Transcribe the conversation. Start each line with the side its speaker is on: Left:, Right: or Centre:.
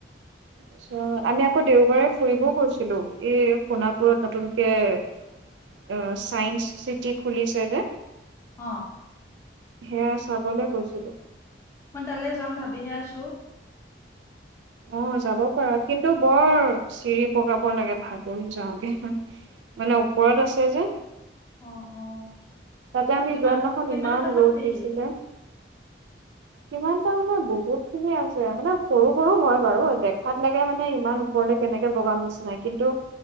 Right: তাৰপিছত আমি আকৌ দেওবাৰে ফুৰিবও গৈছিলোঁ। এই সোণাপুৰত নতুনকে চাইন্স চিটি খুলিছে যে,
Left: অহ,
Right: সেয়া চাবলৈ গৈছিলো।
Left: মই তালৈ যাম ভাবিহে আছো।
Right: অহ, 'যাব পাৰা কিন্তু বৰ চিৰি বগাব লাগে ভাগৰি যাওঁগে, মানে ওপৰত আছে যে।
Left: অ', অ',
Right: তাতে আমি
Left: কিমান
Right: যাৱাদিনাখন
Left: কিমানটামান
Right: ইমান ৰদ
Left: চিৰি?
Right: দিছিলে। কিমানটা মানে বহুত খিনি আছে মানে সৰু, সৰু, হয় বাৰু দেখাত লাগে মানে ইমান ওপৰলে কেনেকে বগাম নিচিনা। কিন্তু